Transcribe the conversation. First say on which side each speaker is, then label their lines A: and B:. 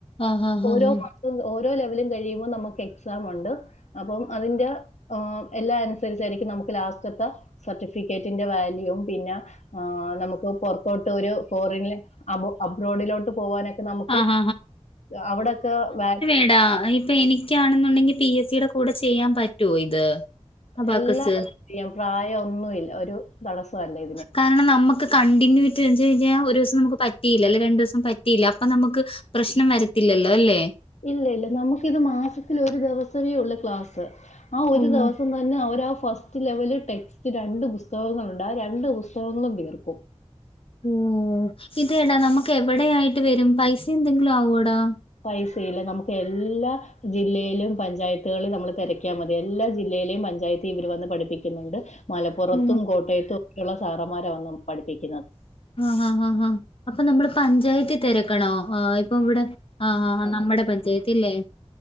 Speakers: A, on the left; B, on the left.
A: ആഹ് ആഹ്
B: ഓരോ
A: ആഹ്
B: മാസം ഓരോ ലെവലും കഴിയുമ്പോൾ നമുക്ക് എക്സാം ഉണ്ട് അപ്പം അതിന്റെ ആഹ് എല്ലാം അനുസരിച്ചായിരിക്കും നമുക്ക് ലാസ്റ്റത്തെ സർട്ടിഫിക്കറ്റിന്റെ വാല്യൂവും പിന്ന ആഹ് നമുക്ക് ഇപ്പ പൊറത്തോട്ട് ഒരു ഫോറിൻൽ ആമ്പൊ അബ്രോഡിലോട്ട് പോവാനൊക്കെ നമുക്ക്
A: ആഹ്
B: അവിടക്ക വ
A: എടാ ഇപ്പൊ എനി ആണെന്നുണ്ടെങ്കിൽ പി എസ് സിയുടെ കൂടെ ചെയ്യാൻ പറ്റുവോ ഇത് അബാക്കസ്
B: എല്ലാവർക്കും ചെയ്യാം പ്രായം ഒന്നുല്ല ഒരു തടസ്സം അല്ലേ
A: കാരണം നമ്മുക്ക് കണ്ടിന്യൂ ഇട്ട്ച്ച് കഴിഞ്ഞാൽ ഒരു ദിവസം നമുക്ക് പറ്റയില്ല അല്ലെങ്കി രണ്ട് ദിവസം പറ്റില്ല അപ്പൊ നമുക്ക് പ്രശ്നം വരത്തില്ലല്ലോ അല്ലേ
B: ഇല്ല ഇല്ല നമുക്കിത് മാസത്തി ഒരു ദിവസമേ ഉള്ള ക്ലാസ് ആഹ് ഒരു
A: ഓഹ്
B: ദിവസം തന്നെ അവരാ ഫസ്റ്റ് ലെവല് ടെക്സ്റ്റ് രണ്ട് പുസ്തകങ്ങളുണ്ട് രണ്ട് പുസ്തകങ്ങളും തീർക്കും
A: ഓ ഇതടാ നമുക്ക് എവിടെ ആയിട്ട് വരും പൈസ എന്തെങ്കിലും ആവോ അടാ
B: പൈസയില്ല നമുക്ക് എല്ലാ ജില്ലയിലും പഞ്ചായത്തുകളിൽ നമ്മള് തിരക്കാൽ മതി എല്ലാ ജില്ലയിലേം പഞ്ചായത്ത് ഇവർ വന്ന് പഠിപ്പിക്കുന്നുണ്ട് മലപ്പുറത്തും
A: ഓ
B: കോട്ടയത്തും ഒക്കെയുള്ള സാറന്മാരെ വന്ന് പഠിപ്പിക്ക
A: ആഹ് ആഹ് ആഹ് അപ്പൊ നമ്മള് പഞ്ചായത്തി തിരക്കണോ ആഹ് ഇപ്പൊ ഇവിടെ ആഹ് ആഹ് നമ്മുടെ പഞ്ചായത്തില്ലേ